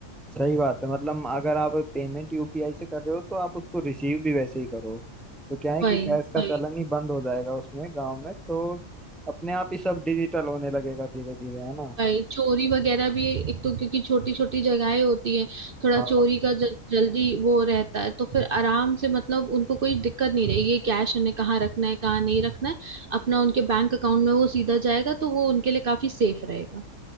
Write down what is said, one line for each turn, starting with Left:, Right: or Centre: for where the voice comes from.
Centre: सही बात है मतलब अगर आप पेमेंट यूपीआई से कर रहे हो तो आप उसको रिसीव भी वैसे ही करो तो क्या है
Right: वही
Centre: कि कैश का
Right: वही
Centre: चलन ही बंद हो जाएगा उसमें गांव में तो अपने आप ही सब डिजिटल होने लगेगा धीरे धीरे है ना
Right: भाई चोरी वगैरह भी एक तो क्योंकि छोटी छोटी जगहें होती है थोड़ा
Centre: हाँ
Right: चोरी का जल, जल्दी वो रहता है तो फिर आराम से मतलब उनको कोई दिक्कत नहीं रहेगी ये कैश उन्हें कहाँ रखना है कहाँ नहीं रखना है अपना उनके बैंक अकाउंट में वो सीधा जाएगा तो वो उनके लिए काफी सेफ रहेगा